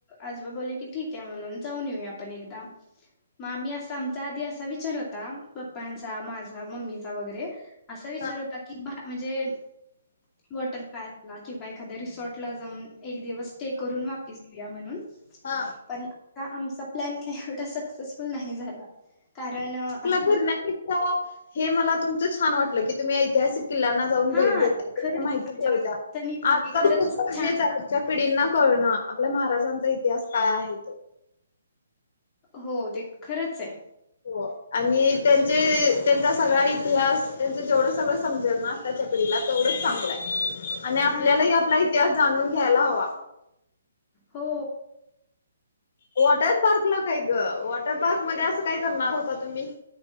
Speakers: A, on the left (about 20°); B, on the left (about 55°).
A: आजोबा बोले की ठीक आहे म्हणून जाऊन येऊया आपण एकदा मग आम्ही अस आमचा आधी असा विचार होता. पप्पांचा माझा मम्मीचा वगैरे असा विचार
B: हा
A: होता की भा म्हणजे वॉटर पार्क ला किंवा एखाद्या रिसॉर्ट ला जाऊन एक दिवस स्टे
B: हा
A: करून वापीस या म्हणून
B: हा
A: पण आता आमचा प्लॅन काही एवढा सक्सेसफुल नाही झाला. कारण आज
B: पूरना कि ता हे मला तुम छान वाटल की तुम्ही ऐतिहासिक किल्याना जाऊन
A: हा
B: भेट देता येते
A: खरंच
B: त्यांना माहिती
A: म्हणजे
B: कळता
A: आज त्यांनी ते
B: आजकाल
A: खरंच
B: खूप गरजेचा
A: छान
B: आजच्या पिढींना कळणं आपल्या महाराजांचा इतिहास काय आहे तो
A: हो ते खरचे
B: हो आणि त्यांचे त्यांचा सगळा इतिहास त्यांच जेवढं सगळं समजल ना आताच्या पिढीला तेवढंच चांगलंय आणि आपल्यालाही
A: हा
B: आपला इतिहास जाणून घ्यायला हवा
A: हो
B: वॉटर पार्कला काय ग वॉटर पार्क मध्ये अस काय करणार होता तुम्ही?